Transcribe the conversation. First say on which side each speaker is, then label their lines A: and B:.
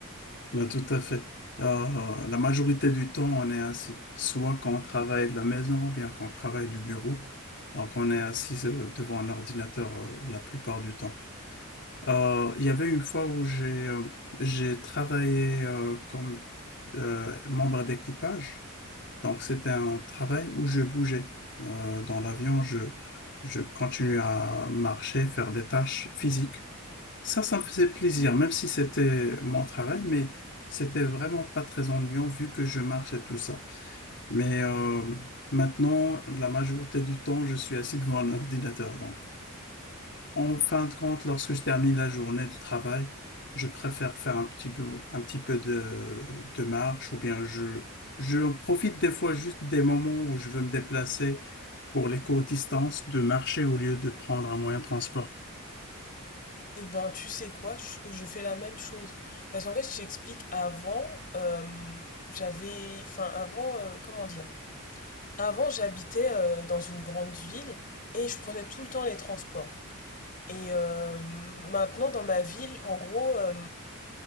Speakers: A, on the left (about 55°); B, on the left (about 40°).
A: Ben, tout à fait. Euh, la majorité du temps, on est assis, soit quand on travaille de la maison, ou bien quand on travaille du bureau. Donc, on est assis euh, devant un ordinateur euh, la plupart du temps. Euh, Il y avait une fois où j'ai euh, j'ai travaillé euh, comme euh, membre d'équipage. Donc, c'était un travail où je bougeais. Euh, dans l'avion, je, je continuais à marcher, faire des tâches physiques. Ça, ça me faisait plaisir, même si c'était mon travail, mais c'était vraiment pas très ennuyant vu que je marche et tout ça. Mais euh, maintenant, la majorité du temps, je suis assis devant un <laughs> ordinateur. Donc, en fin de compte, lorsque je termine la journée du travail, je préfère faire un petit peu, un petit peu de, de marche ou bien je, je profite des fois juste des moments où je veux me déplacer pour les courtes distances de marcher au lieu de prendre un moyen de transport.
B: Eh ben, tu sais quoi, je, je fais la même chose. Parce qu'en fait, je t'explique, avant, euh, j'avais... Enfin, avant, euh, comment dire? Avant, j'habitais euh, dans une grande ville et je prenais tout le temps les transports. Et euh, maintenant, dans ma ville, en gros, euh,